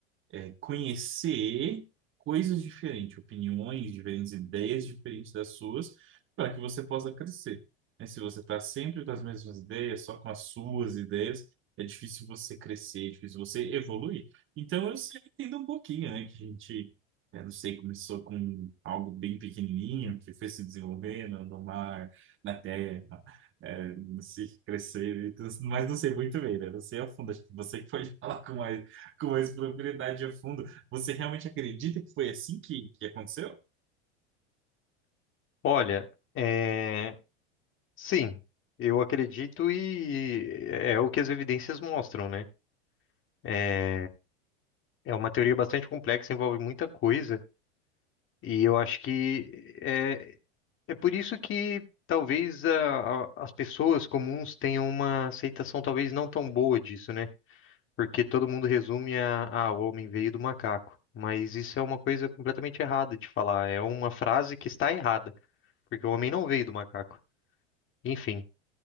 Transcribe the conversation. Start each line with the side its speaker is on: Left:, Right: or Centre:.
Right: é, conhecer coisas diferentes, opiniões diferentes, ideias diferentes das suas, para que você possa crescer. né? Se você está sempre com as mesmas ideias, só com as suas ideias, é difícil você crescer, é difícil você evoluir. Então eu sempre entendo um pouquinho, né? Que a gente, é, não sei, começou com algo bem pequenininho, que foi se desenvolvendo no mar, na terra, é, se crescer, e tudo, mas não sei muito bem, né? Não sei a fundo, acho que você que pode <laughs> falar com mais com mais profundidade a fundo. Você realmente acredita que foi assim que, que aconteceu?
Left: Olha, é... Sim, eu acredito e é é o que as evidências mostram, né? É é uma teoria bastante complexa, envolve muita coisa, e eu acho que é, é por isso que talvez a- a- as pessoas comuns tenham uma aceitação talvez não tão boa disso, né? Porque todo mundo resume a, ah, o homem veio do macaco. Mas isso é uma coisa completamente errada de falar, é uma frase que está errada, porque o homem não veio do macaco. Enfim,